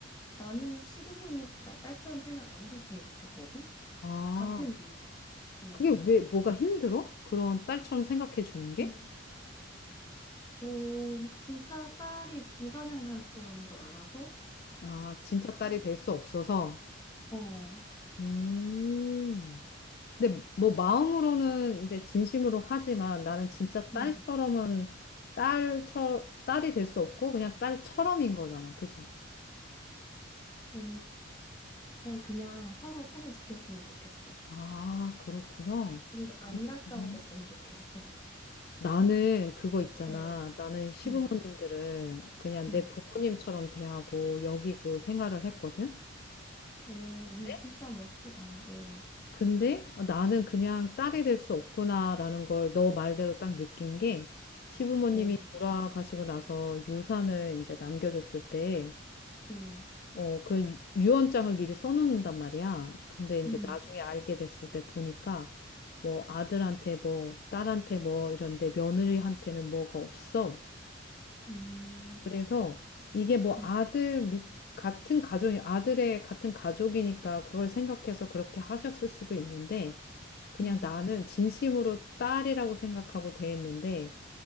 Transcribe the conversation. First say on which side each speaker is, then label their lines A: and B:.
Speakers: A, on the left; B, on the left.
A: 나는 시부모님 나 딸처럼 생각 안 하셨으면 좋겠거든.
B: 아,
A: 같은 이유요. 그냥
B: 그게 왜 뭐가 힘들어? 그런 딸처럼 생각해주는 게?
A: 음. 어, 진짜 딸이 불가능할 거라는 걸 알아서
B: 아, 진짜 딸이 될 수 없어서.
A: 어,
B: 음. 근데 뭐 마음으로는 이제 진심으로 하지만 나는 진짜 딸처럼은
A: 음,
B: 딸처 딸이 될 수 없고 그냥 딸처럼인 거잖아. 그지?
A: 어, 네, 그냥 서로 선을 지켰으면 좋겠어.
B: 아, 그렇구나.
A: 그리고 안
B: 너-
A: 가까워졌으면
B: 음.
A: 좋겠어. <laughs>
B: 나는 그거 있잖아.
A: 어,
B: 나는 시부모님들을
A: 음,
B: 그냥
A: 음,
B: 내 부모님처럼 대하고 여기고 생활을 했거든.
A: 오 언니
B: 네?
A: 진짜 멋지다. 어,
B: 근데 어, 나는 그냥 딸이 될 수 없구나라는 걸 너 말대로 딱 느낀 게 시부모님이
A: 어,
B: 돌아가시고 나서 유산을 이제 남겨줬을 때
A: 오.
B: 어, 그 유- 유언장을 미리 써놓는단 말이야. 근데 이제
A: 음,
B: 나중에 알게 됐을 때 보니까 뭐 아들한테 뭐 딸한테 뭐 이런데 며느리한테는 뭐가 없어.
A: 음,
B: 그래서 이게 뭐
A: 음,
B: 아들 밑 같은 가족이 아들의 같은 가족이니까 그걸 생각해서 그렇게 하셨을 수도 있는데 그냥
A: 음,
B: 나는 진심으로 딸이라고 생각하고 대했는데